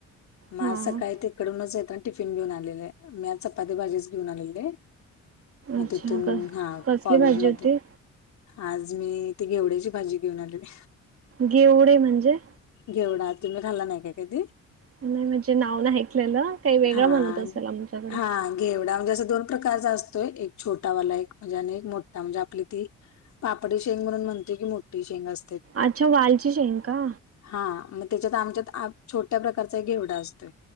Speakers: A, on the left (about 65°); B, on the right (about 50°).
A: मग
B: हां.
A: आज सकाळी ते. इकडूनचेतना टिफिन घेऊन आलेले. मी आज चपाती भाजीच घेऊन आलेलं. मग
B: अच्छा.
A: तिथून
B: क
A: हा
B: कसली
A: कॉलेजमध्ये.
B: भाजी होती?
A: आज मी ती घेवड्याची भाजी घेऊन आलेले.
B: घेवडे म्हणजे?
A: घेवडा तुम्ही खाल्ला नाही का कधी?
B: नाही म्हणजे नाव नाही ऐकलेलं काही वेगळं
A: हा.
B: म्हणत असेल माझ्याकडे.
A: हा घेवडा म्हणजे असं दोन प्रकारचा असतोय एक छोटा वाला एक म्हणजे आणि एक मोठा म्हणजे आपली ती. पापडी शेंग म्हणून म्हणतोय की मोठी शेंग असतेय.
B: अच्छा वालची शेंग का?
A: हा मग त्याच्यात आमच्यात छोट्या प्रकारचा एक घेवढा असतोय.